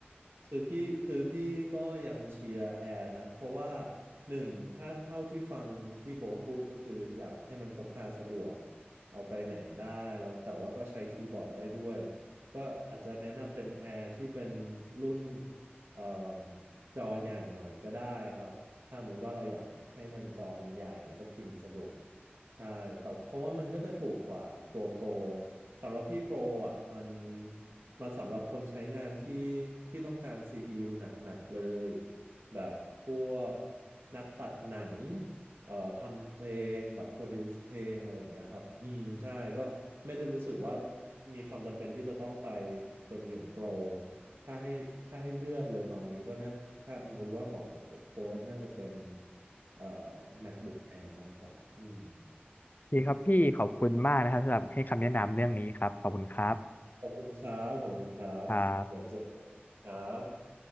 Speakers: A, on the right; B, on the left.
A: คือพี่คือพี่ก็ยังเชียร์แอร์นะเพราะว่าหนึ่งถ้าเท่าที่ฟังที่โบ๊ทพูดก็คืออยากให้มันพกพาสะดวกเอาไปไหนได้แล้วแต่ว่าก็ใช้คีย์บอร์ดได้ด้วยก็อาจจะแนะนำเป็นแอร์ที่เป็นรุ่นเอ่มจอใหญ่หน่อยก็ได้ครับถ้าสมมติว่าเราอยากให้มันจอมันใหญ่แล้วก็พิมพ์สะดวกใช่แต่เพราะว่ามันก็จะถูกกว่าตัวโปร สำหรับพี่โปรอ่ะมันมันสำหรับคนใช้งานที่ที่ต้องการ CPU หนักๆเลยแบบพวกนักตัดหนังเอ่อทำเพลงแบบโปรดิวซ์เพลงอะไรอย่างเงี้ยครับอืมใช่ก็ไม่ได้รู้สึกว่ามีความจำเป็นที่จะต้องไปจนถึงโปรถ้าให้ถ้าให้เลือกเลยตอนนี้ก็น่าถ้าสมมติว่าเหมาะกับโปรน่าจะเป็นเอ่อ MacBook Air มากกว่าอืม
B: พี่ครับพี่ขอบคุณมากนะครับสำหรับให้คำแนะนำเรื่องนี้ครับขอบคุณครับ
A: ขอบคุณครับขอบคุณครับเดี๋ยวเจอกันครับ
B: ครับ